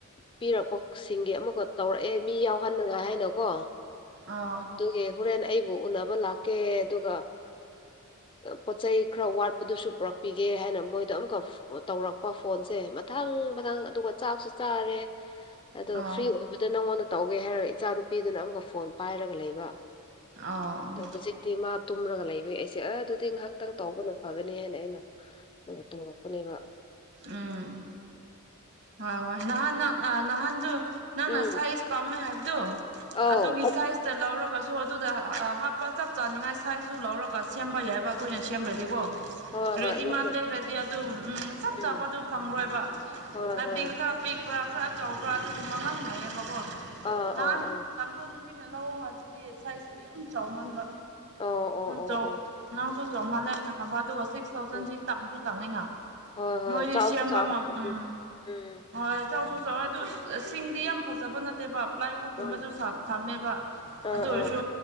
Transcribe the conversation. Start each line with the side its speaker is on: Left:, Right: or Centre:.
Left: ꯄꯤꯔꯛ ꯄꯁꯤꯡꯒꯤ ꯑꯃꯈ ꯇꯧꯔꯛꯑꯦ ꯃꯤ ꯌꯥꯎꯍꯟꯅꯉꯥꯏ ꯍꯥꯏꯅꯀꯣ
Right: ꯑꯥ
Left: ꯑꯗꯨꯅꯍꯨꯔꯦꯟꯅ ꯑꯩ ꯕꯨ ꯎꯅꯕ ꯂꯥꯛꯀꯦ ꯑꯗꯨꯒ ꯄꯣꯠ ꯆꯩꯩ ꯈꯔ ꯋꯥꯠꯄꯗꯨꯁꯨꯛ ꯄꯤꯒꯦ ꯍꯥꯏꯅ ꯃꯣꯏꯗꯣ ꯑꯃꯨꯛꯀ ꯇꯧꯔꯛꯄ ꯐꯣꯟꯁꯦ ꯃꯊꯪ ꯃꯊꯪ ꯑꯗꯨꯒ ꯆꯥꯛꯁꯨ ꯆꯥꯔꯦ ꯑꯗꯣ
Right: ꯑꯥ
Left: ꯐ꯭ꯔꯤ ꯑꯣꯏꯕꯗ ꯅꯪꯉꯣꯟꯗ ꯇꯧꯒꯦ ꯍꯥꯏꯔꯒ ꯏꯆꯥꯅꯨꯄꯤꯗꯨꯅ ꯑꯃꯛꯀ ꯐꯣꯟ ꯄꯥꯏꯔꯒ ꯂꯩꯕ
Right: ꯑꯥ
Left: ꯑꯗ ꯍꯧꯖꯤꯛꯇꯤ ꯃꯥ ꯇꯨꯝꯔꯒ ꯂꯩꯕ ꯑꯩꯁꯦ ꯑ ꯑꯗꯨꯗꯤ ꯉꯥꯏꯍꯥꯛ ꯈꯤꯇꯪ ꯇꯥꯎꯧꯕꯅ ꯐꯒꯅꯤ ꯍꯥꯏꯅ ꯑꯩꯅ ꯇꯣꯡꯉꯛꯄꯅꯦꯕ
Right: ꯎꯝ ꯍꯣꯏ ꯍꯣꯏ ꯅꯍꯥꯟ ꯅꯍꯥꯟꯗꯨ ꯅꯪꯅ
Left: ꯎꯝ
Right: ꯁꯥꯏꯖ ꯄꯥꯝꯃꯦ ꯍꯥꯏꯕꯗꯣ
Left: ꯑꯧ
Right: ꯑꯗꯨꯒꯤ ꯁꯥꯏꯖꯇ ꯂꯧꯔꯒ ꯁꯣ ꯑꯗꯨꯗ ꯍꯥꯞꯄ ꯆꯞ ꯆꯥꯅꯤꯡꯉꯥꯏ ꯁꯥꯏꯖꯁꯨ ꯂꯧꯔꯒ ꯁꯦꯝꯕ ꯌꯥ ꯍꯥꯏꯕ ꯑꯩꯈꯣꯏꯅ ꯁꯦꯝꯂꯗꯤꯀꯣ
Left: ꯍꯣꯏ ꯍꯣꯏ
Right: ꯔꯦꯗꯤ
Left: ꯑꯗꯨꯁꯨ
Right: ꯃꯥ ꯂꯩ ꯔꯦꯗꯤ ꯑꯗꯨ
Left: ꯎꯝ
Right: ꯆꯥꯕꯗꯨ ꯐꯪꯂꯪꯂꯣꯏꯕ
Left: ꯍꯣꯏ
Right: ꯍꯥꯏꯕꯗꯤ
Left: ꯍꯣꯏ
Right: ꯈꯔ ꯄꯤꯛꯄ꯭ꯔꯥ ꯈꯔ ꯆꯥꯎꯕ꯭ꯔꯥ ꯑꯗꯨꯒꯨꯝꯕ ꯉꯥꯡꯅꯩꯌꯦꯕꯀꯣ
Left: ꯑꯥ
Right: ꯅꯍꯥꯟ
Left: ꯑꯥ ꯑꯥ ꯑꯣ
Right: ꯇꯥꯡꯒꯣꯜ ꯅꯨꯄꯤꯅ ꯂꯧꯑꯣ ꯍꯥꯏꯕꯗꯨꯗꯤ ꯁꯥꯏꯖꯇ ꯌꯥꯝ ꯆꯥꯎꯃꯟꯕ
Left: ꯑꯣ ꯑꯣ
Right: ꯆ
Left: ꯑꯣ
Right: ꯅꯁꯨ ꯆꯧꯃ ꯂꯅꯥꯀ ꯁꯤꯁ ꯊꯥꯎꯖꯟ
Left: ꯎꯝ
Right: ꯆꯤ ꯆꯉꯥꯏꯅ
Left: ꯍꯣꯏ ꯍꯣꯏ
Right: ꯃꯣꯏꯗꯤ
Left: ꯆꯥꯎꯁꯨ
Right: ꯁꯦꯝꯕ
Left: ꯆꯥꯎ
Right: ꯑꯃ ꯎꯝ
Left: ꯎꯝ
Right: ꯍꯣꯏꯧ ꯑꯗꯨ ꯁꯤꯡꯗꯤ ꯌꯥꯝ ꯐꯖꯕ ꯅꯠꯇꯦꯕ ꯄ꯭ꯂꯥꯏꯋꯨꯛꯀꯨꯝꯕꯗꯨ
Left: ꯎꯝ ꯑꯥ
Right: ꯊꯝꯃꯦꯕ
Left: ꯑꯥ
Right: ꯑꯗꯨ ꯑꯣꯏꯔꯁꯨ